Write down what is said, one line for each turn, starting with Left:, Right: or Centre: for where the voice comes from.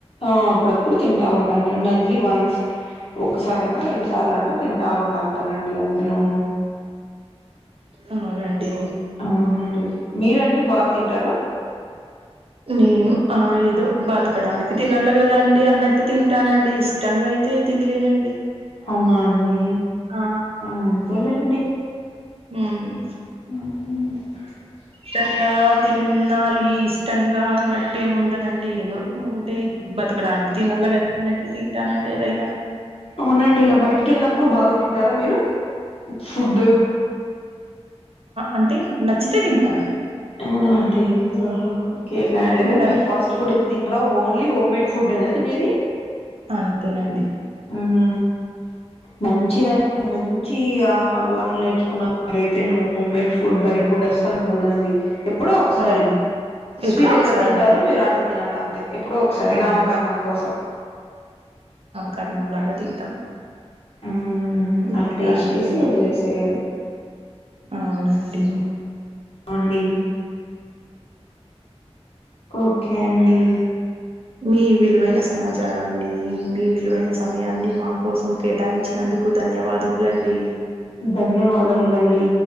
Left: ఆ అప్పుడప్పుడు తింటా ఉంటాంటరు <unintelligible> న్లీవన్స్ ఒక్కసారన్నా రెండుసార్లన్నా తింటా ఉంటాం టానండి అంతేను
Right: అవునండి
Left: అవునండి మీరండి బాగ తింటారా
Right: నేను ఆ ఏదో బతకడానికి తినాల్ల కదా అండి అన్నట్టు తింటానండి ఇష్టంగా అయి తే తినలేనండి
Left: అవునా అండి
Right: ఆ
Left: అంతేలేండి
Right: ఉమ్
Left: ఉ
Right: ఇష్టంగా తిన్నాలి ఇష్టంగా అన్నట్టేమి ఉండదండి ఏదో ఉం టే బతకడానికి తినాల కదాన్నట్టు తింటనండి ఏదైనా
Left: అవునండి ఇల బయటికి వెళ్ళినప్పుడు బాగా తింటారా మీరు ఫుడ్డు
Right: అంటే నచ్చితే తింటానండి
Left: అవునా అండి ఓహో ఓకే ఎట్లాట్లయితే
Right: తింటాను
Left: మీరు ఫాస్ట్ ఫుడ్ ఇది తినరా ఓన్లీ హోమ్ మేడ్ ఫుడ్డేనా తినెది
Right: అంతేనండి
Left: ఉహు మంచిదన్ మన్ చి ఆ అలవాటులు నేర్చుకున్న మరైతే నువ్వు హోమ్మేడ్ ఫుడ్ బయట ఫుడ్ అస్సలు తినకూడదండి ఎప్పుడో ఒకసారి
Right: ఆ
Left: స్వీట్
Right: ఎప్పుడో ఒకసారి
Left: ఎట్ల తింటారు
Right: అంతే
Left: మీరు అట్లా తినాల అంతే ఎప్పుడో ఒకసారి
Right: ఆ
Left: నామకరణం కోసం
Right: కరణంలాగా తింటాం
Left: ఊ
Right: ఇంకా
Left: అలా టేస్ట్
Right: అండి
Left: చేసి వదిలేసేయ్యాలి
Right: అవునండి
Left: అండి ఓకే అండి
Right: మీ విలువైన సమాచారాన్ని మీ విలువైన సమయాన్ని మా కోసం కేటాయించినందుకు ధన్యవాదములండి
Left: ధన్యవాదములండి